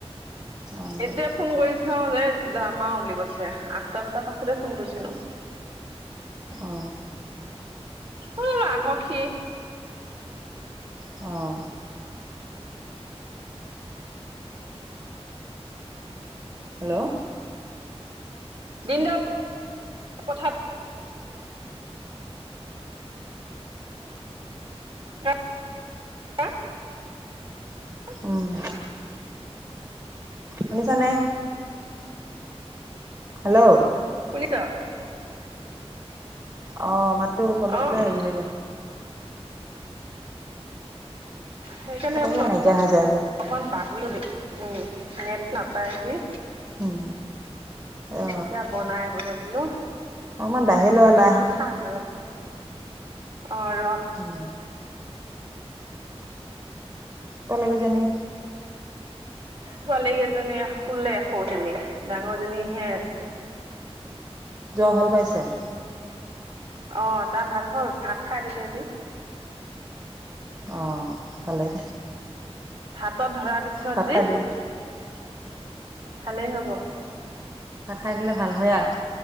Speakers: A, on the right; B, on the right.
A: অ',
B: এতিয়া ফোন কৰিছিল যে যাম আৰু বুলি কৈছে আঠটা বজাৰ পাছতে ফোন কৰিছিলো
A: অ
B: অ আহক সি
A: অঁ হেল্ল'
B: দিনটো পথাত <unintelligible>
A: উম শুনিছা নে হেল্ল'
B: শুনিছা
A: অ মাতো অলপকে
B: অ
A: উলিয়ায় দিয়া
B: সেইকাৰণে
A: পতকে
B: বোলো
A: নাইকিয়া
B: অকণমান
A: হৈ যায়গৈ
B: বাগৰিল নেট নাপায় যে
A: উম অ
B: এতিয়া বনাই বোলে বোলো
A: অকমান বাহিৰলৈ
B: বাহিৰত
A: ওলাই আহা
B: গৈ খাম ৰ অ ৰ
A: উম এক লাগে যেনি
B: পোৱালী কেইজনীয়ে শুলে সৌজনী ডাঙৰজনীহে আছে
A: জৰ ভাল পাইছে
B: অ তাৰ ভাল হ'ল ভাত খাই দিলে আজি
A: অ ভালেই দে
B: ভাতত ধৰ পিছত
A: ভাত
B: যি
A: খাই দিলে
B: ভালেই হ'ব
A: ভাত খাই দিলে ভাল হয় আৰু